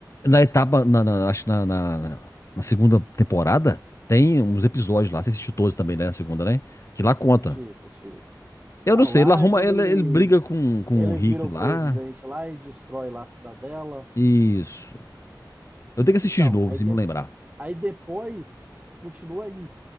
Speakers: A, on the left; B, on the right.
A: Na etapa, na, na- acho que na, na, na- na segunda temporada, tem uns episódios lá. Você assistiu todos também, né? A segunda, né? Que lá conta.
B: Assistir, assistir.
A: Eu
B: Não,
A: não sei,
B: lá
A: ele arruma,
B: é quando
A: ele,
B: ele
A: ele briga com, com
B: ele
A: o Rick
B: vira o
A: lá.
B: presidente lá e destrói lá a cidadela.
A: Isso. Eu tenho que assistir
B: Então,
A: de novo,
B: aí,
A: assim,
B: de-
A: me lembrar.
B: aí depois continua aí.